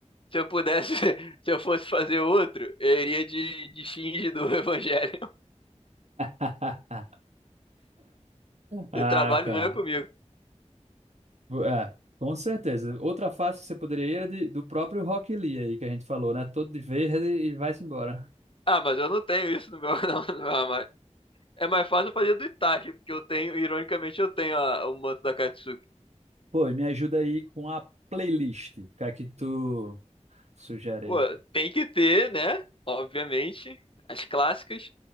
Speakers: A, on the left; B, on the right.
A: se eu pudesse, <laughs> se eu fosse fazer outro, eu iria de, de Shinji do <laughs> Evangelho.
B: <laughs> Ah,
A: O trabalho
B: cara.
A: não é Ah, comigo.
B: É, com certeza. Outra fase que você poderia ir era de- do próprio Rock Lee aí que a gente falou, né? Todo de verde e vai-se embora.
A: Ah, mas eu não tenho isso no meu, <laughs> não, no meu armário. É mais fácil eu fazer do Itachi, porque eu tenho, ironicamente, eu tenho a- o manto da Katsuki.
B: Pô, e me ajuda aí com a playlist. O que é que tu sugere
A: Pô,
B: aí?
A: tem que ter, né? Obviamente, as clássicas.